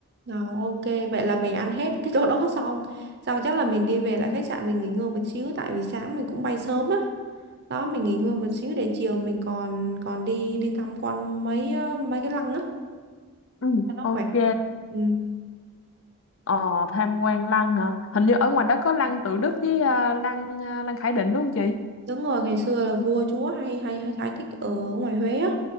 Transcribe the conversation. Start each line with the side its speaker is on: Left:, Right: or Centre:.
Right: Rồi, ok vậy là mình ăn hết cái chỗ đó <laughs> xong xong chắc là mình đi về lại khách sạn mình nghỉ ngơi một xíu tại vì sáng mình cũng bay sớm á đó mình nghỉ ngơi một xíu để chiều mình còn còn đi đi tham quan mấy ờ, mấy cái lăng á
Left: Ừ,
Right: cho nó
Left: ok.
Right: khỏe người. Ừ.
Left: Ờ, tham quan lăng hả? Hình như ở ngoài đó có lăng Tự Đức với ờ, lăng ờ, lăng Khải Định đúng không chị?
Right: Đúng rồi, ngày xưa là vua chúa hay hay hay thái thích ở ngoài Huế á.